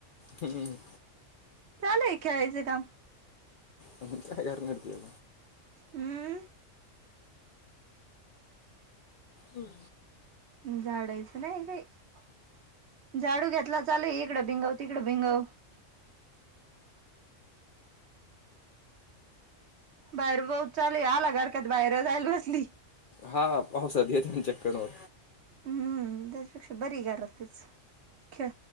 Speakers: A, on the left; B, on the right.
A: हम.
B: चालूहय खेळायचं काम.
A: काय करणार तर
B: हम्म.
A: हम्म.
B: झाडायचं नाही काही झाडू घेतला चालू इकडं भिंगाव तिकडं भिंगाव बाहेर पाऊस चाले आला हरकत बाहेर जायला बसली.
A: हा पावसात येत चक्कर और
B: हम्म त्याच्यापेक्षा बरी घरातच खेळ